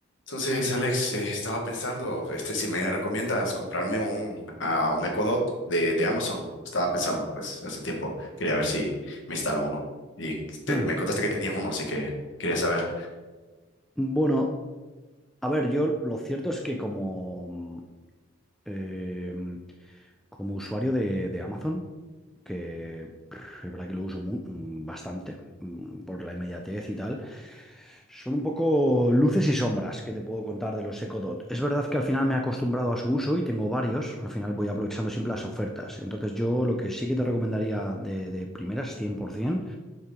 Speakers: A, on the left; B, in the centre.
A: Entonces, Alex, eh, estaba pensando, este, si me recomiendas comprarme un, a un Echo Dot de, de Amazon, estaba pensando, pues, hace tiempo, quería ver si me instalo uno. Y te-
B: Hmm.
A: me contaste que tenías uno, así que quería saber,
B: Bueno, a ver, yo lo cierto es que como, mm, em, como usuario de, de Amazon, que pff, es verdad que lo uso mu- mm, bastante mm, por la inmediatez y tal, son un poco luces y sombras que te puedo contar de los EcoDot. Es verdad que al final me he acostumbrado a su uso y tengo varios, al final voy aprovechando siempre las ofertas. Entonces yo lo que sí que te recomendaría de, de primeras 100%.